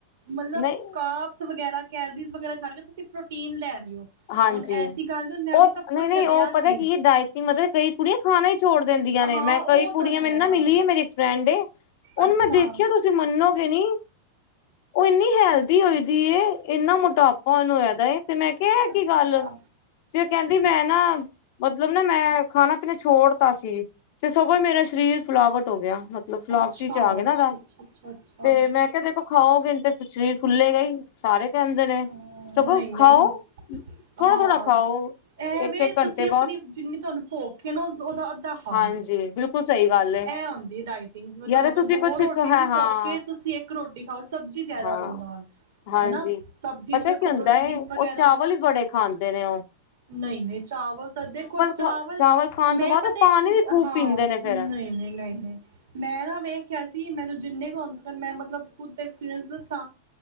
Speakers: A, on the right (about 75°); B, on the left (about 55°).
A: ਮਤਲਬ
B: ਨਹੀਂ
A: ਕਾਪਸ ਵਗੈਰਾ, ਕੈਲਰੀਜ਼ ਵਗੈਰਾ ਛੱਡ ਕੇ ਤੁਸੀਂ ਪ੍ਰੋਟੀਨ ਲੈ, ਰਹੇ ਹੋ।
B: ਹਾਂਜੀ,
A: ਹੁਣ ਐਸੀ ਗੱਲ ਨੀ ਹੁਣ ਮੈਂ
B: ਉਹ
A: ਵੀ ਸਭ
B: ਨਹੀਂ-ਨਹੀਂ
A: ਕੁਛ ਛੱਡਿਆ
B: ਉਹ ਪਤਾ
A: ਸੀ
B: ਕੀ ਡਾਈਟਿੰਗ ਮਤਲਬ ਕੁੜੀਆ ਖਾਣਾ ਈ, ਛੋੜ ਦਿੰਦੀਆਂ ਨੇ
A: ਹਾਂ
B: ਮੈਂ
A: ਉਹ
B: ਕਈ ਕੁੜੀਆਂ
A: ਤਾਂ ਹੈ
B: ਮੈਨੂੰ ਨਾ
A: ਆ।
B: ਮਿਲੀ ਹੈ ਮੇਰੀ ਫਰੈਂਡ ਏ, ਉਹਨੂੰ
A: ਅੱਛਾ
B: ਮੈਂ ਦੇਖਿਆ ਤੁਸੀਂ ਮੰਨੋਗੇ ਨਈ, ਉਹ ਇੰਨੀ ਹੈਲਦੀ ਹੋਈ ਦੀ ਏ ਇੰਨਾ ਮੋਟਾਪਾ ਨੂੰ ਹੋਗਾ ਤੇ, ਐ
A: ਅੱਛਾ
B: ਕਿ ਗੱਲ ਜੇ, ਕਹਿੰਦੀ ਮੈਂ ਨਾ ਮਤਲਬ ਨਾ ਮੈਂ ਖਾਣਾ ਮੈਂ ਛੋੜਤਾ ਸੀ। ਤੇ ਸਗੋਂ ਮੇਰਾ ਸਰੀਰ ਫਿਲਾਵਟ ਹੋ ਗਿਆ। ਮਤਲਬ ਫਲਾਵਟੀ
A: ਅੱਛਾ,
B: ਚ ਆ ਗਏ
A: ਅੱਛਾ,
B: ਨਾ ਉਹਦਾ
A: ਅੱਛਾ, ਅੱਛਾ, ਅੱਛਾ
B: ਤੇ ਮੈਂ ਕਿਹਾ ਦੇਖੋ ਖਾਓਗੇ ਤੇ ਸ਼ਰੀਰ ਫੁਲੇ ਗਏ ਸਾਰੇ ਕਹਿਦੇ ਨੇ
A: ਹਾਂ
B: ਸਗੋ
A: ਨਹੀਂ-ਨਹੀਂ
B: ਖਾਓ। ਥੋੜਾ
A: ਹਾਂ
B: ਥੋੜਾ ਖਾਓ
A: ਐਵੇਂ
B: ਇੱਕ ਇੱਕ ਘੰਟੇ
A: ਤੁਸੀਂ
B: ਬਾਅਦ
A: ਆਪਣੀ ਜਿੰਨੀ ਤੁਹਾਨੂੰ ਭੁੱਖ ਐ ਨਾ ਉਹਦਾ ਅੱਧਾ ਖਾ
B: ਹਾਂਜੀ
A: ਲੋ,
B: ਬਿਲਕੁਲ ਸਹੀ ਗੱਲ ਏ
A: ਇਹ ਹੁੰਦੀ ਹੈ ਡਾਇਟਿੰਗ ਜਿਵੇਂ ਤੁਹਾਨੂੰ
B: ਜਾਂ ਤਾਂ ਤੁਸੀਂ
A: ਦੋ
B: ਕੁਛ
A: ਰੋਟੀ
B: ਹੈ
A: ਦੀ
B: ਹਾਂ
A: ਭੁੱਖ ਇੱਕ ਰੋਟੀ ਖਾਓ ਸਬਜ਼ੀ ਜ਼ਿਆਦਾ
B: ਹਾਂ
A: ਲਓ ਨਾਲ
B: ਹਾਂਜੀ
A: ਹੈ ਨਾਂ ਸਬਜ਼ੀ
B: ਪਤਾ
A: ਚ ਵੇਖੋ
B: ਕੀ ਹੁੰਦਾ
A: ਪ੍ਰੋਟੀਨ
B: ਏ
A: ਵਗੈਰਾ
B: ਉਹ ਚਾਵਲ ਹੀ ਬੜੇ ਖਾਂਦੇ ਨੇ ਉਹ
A: ਨਹੀਂ ਨਹੀਂ, ਚਾਵਲ ਤਾਂ ਦੇਖੋ ਚਾਵਲ
B: ਖਾ ਖਾਣ
A: ਮੈਂ
B: ਤੋਂ ਬਾਅਦ
A: ਪਤਾ
B: ਉਹ ਪਾਣੀ
A: ਇੱਕ
B: ਵੀ ਖੂਬ
A: ਹਾਂ।
B: ਪੀਂਦੇ ਨੇ
A: ਨਹੀਂ
B: ਫੇਰ
A: ਨਹੀਂ ਨਹੀਂ ਨਹੀਂ, ਮੈਂ ਨਾ ਵੇਖਖਿਆ ਸੀ ਮੈਨੂੰ ਜਿੰਨੇ ਹੋਣ ਤਾਂ ਮਤਲਬ ਖੁਦ ਦਾ ਐਕਸਪੀਰੀਅਸ ਦੱਸਾਂ।